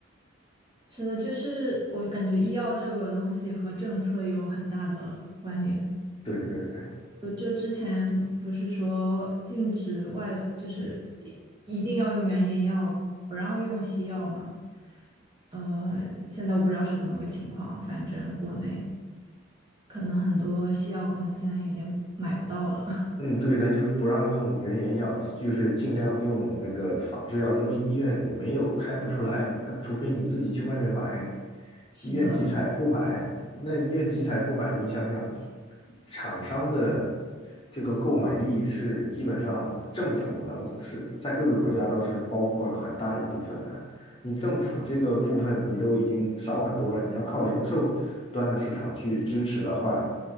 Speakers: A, on the right; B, on the left.
A: 是的，就是我感觉医药这个东西和政策有很大的关联。
B: 对对对。
A: 就之前不是说禁止外来就是一一定要用原研药，不让用西药嘛？呃，现在我不知道是怎么个情况，反正国内可能很多西药可能现在已经买不到了。<laughs>
B: 嗯，对，它就是不让用原研药，就是尽量用那个仿制药，因为医院里没有开不出来，它除非你自己去外面买，
A: 是的，
B: 医院集采不买，那医院集采不买，你想想，厂商的这个购买力是基本上政府能是在各个国家都是包括了很大一部分的，你政府这个部分你都已经少很多了，你要靠零售端的市场去支持的话。